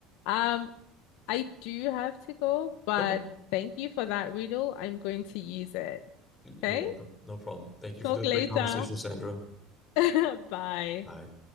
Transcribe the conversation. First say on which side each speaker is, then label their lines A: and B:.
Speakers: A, on the left; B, on the left.
A: Um, I do have to go, but
B: Okay.
A: thank you for that riddle. I'm going to use it.
B: You're
A: Okay?
B: welcome. No problem. Thank you
A: Talk
B: for the
A: later.
B: great conversation, Sandra.
A: <laughs> Bye.
B: Bye.